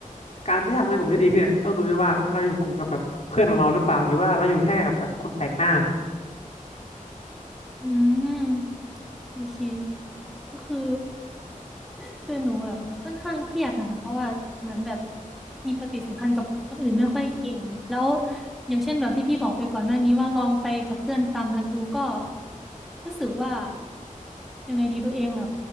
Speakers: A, on the left; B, in the centre.
A: การที่ทำงานกลุ่มได้ดีขึ้นเนี่ยต้องดูด้วยว่าเราอยู่กลุ่มกับแบบเพื่อนของเราหรือเปล่าหรือว่าเราอยู่แค่กับแบบคนแปลกหน้า
B: อืมโอเคก็คือ <laughs> คือหนูแบบค่อนข้างเครียดนะคะเพราะว่าเหมือนแบบมีปฏิสัมพันธ์กับคนอื่นไม่ค่อยเก่งแล้วอย่างเช่นแบบที่พี่บอกไปก่อนหน้านี้ว่าลองไปกับเพื่อนตามนัดดูก็รู้สึกว่ายังไงดีตัวเองแบบ